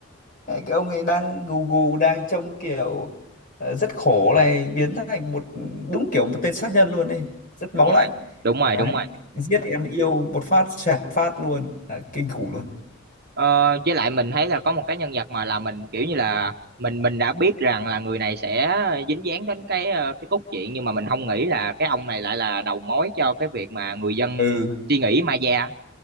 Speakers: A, on the left; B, on the right.
A: cái ông ấy đang gù gù đang trông kiểu ờ, rất khổ này biến thành một đúng kiểu một tên sát nhân luôn đây rất máu
B: đúng rồi
A: lạnh
B: đúng rồi
A: đấy
B: đúng rồi
A: giết em yêu một phát xẹt phát luôn Đấy, kinh khủng luôn
B: ờ, với lại mình thấy là có một cái nhân vật mà là mình kiểu như là mình mình đã biết rằng là người này sẽ dính dáng đến cái ờ, cái cốt truyện nhưng mà mình không nghĩ là cái ông này lại là đầu mối cho cái việc mà người dân
A: ừ
B: suy nghĩ ma da